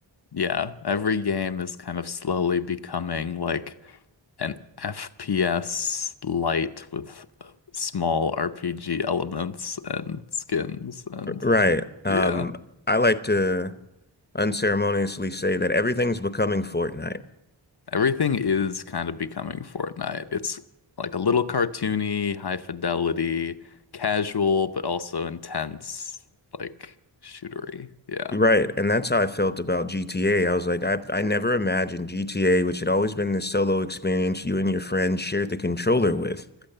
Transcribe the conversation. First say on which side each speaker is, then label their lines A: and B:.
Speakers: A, on the left; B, on the left.
A: Yeah, every game is kind of slowly becoming like an FPS light with uh, small RPG elements and skins and
B: Right.
A: yeah.
B: Um, I like to unceremoniously say that everything's becoming Fortnite.
A: Everything is kind of becoming Fortnite. It's like a little cartoony, high fidelity, casual, but also intense, like shootery. Yeah.
B: Right, and that's how I felt about GTA. I was like, I I never imagined GTA, which had always been this solo experience you and your friends shared the controller with.